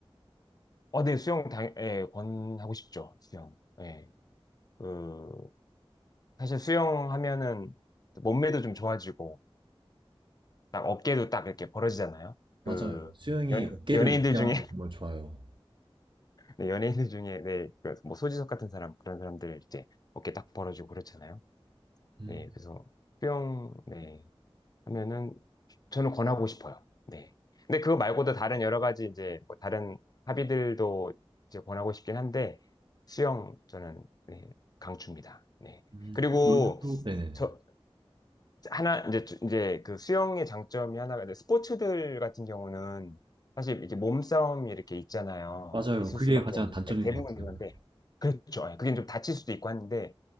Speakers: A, on the left; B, on the right.
A: 어, 네, 수영 당, 예, 권하고 싶죠. 수영. 예. 그 사실 수영하면은 몸매도 좀 좋아지고, 딱 어깨도 딱 이렇게 벌어지잖아요.
B: 맞아요.
A: 그
B: 수영이
A: 연,
B: 어깨를
A: 연예인들
B: 높게
A: 중에
B: 하는데 정말 좋아요.
A: 네, 연예인들 중에, 네, 그 뭐, 소지섭 같은 사람, 그런 사람들 이제 어깨 딱 벌어주고 그렇잖아요.
B: 음,
A: 네, 그래서, 수영 네, 하면은, 저는 권하고 싶어요. 네. 근데 그거 말고도 다른 여러 가지 이제, 뭐 다른 합의들도 이제 권하고 싶긴 한데, 수영, 저는, 네, 강추입니다. 네.
B: 음,
A: 그리고,
B: 그럼 요즘도 네네네.
A: 저, 하나 이제 주- 이제 그 수영의 장점이 하나가 이제 스포츠들 같은 경우는 사실 이렇게 몸싸움이 이렇게 있잖아요.
B: 맞아요.
A: 있을
B: 그게
A: 수밖에
B: 가장
A: 없는
B: 단점인
A: 예, 대부분
B: 것 같아요.
A: 그런데 그렇죠. 예, 그게 좀 다칠 수도 있고 하는데